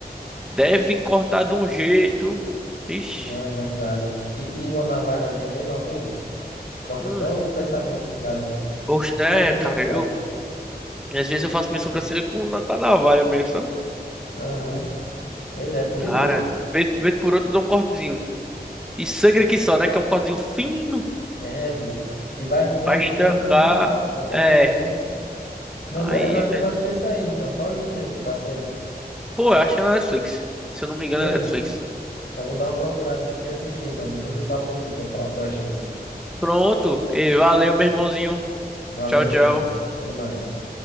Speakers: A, in the centre; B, on the left.
A: deve cortar de um jeito. Ixi.
B: Não, é verdade. E, e uma navalhazinha bem novinha. Corta
A: Hum,
B: até o pensamento do cara, velho.
A: gosto, né,
B: Só de encostar.
A: cara? Eu, às vezes eu faço minha sobrancelha com, com a navalha mesmo, sabe?
B: Aham. Pois é, é perigoso,
A: Cara,
B: bicho.
A: vez, vez por outra eu dou um cortezinho. E sangra que só, né? Que é um cortezinho fino
B: É, bicho. E vai fundo,
A: pra estancar.
B: porque vai fundo muito fácil. Qualquer
A: É.
B: forcinha. Não,
A: Aí,
B: beleza, eu acho que eu vou assistir esse aí, então. Qual é o streaming que passa ele?
A: Pô, eu acho que é na Netflix. Se eu não me engano,
B: Beleza.
A: é Netflix.
B: Já vou dar uma procurada aqui e assistir, então. Depois eu falo com tu pra falar o que eu achei, então.
A: Pronto. E valeu, meu irmãozinho.
B: Valeu,
A: Tchau, tchau.
B: chefão. Até mais.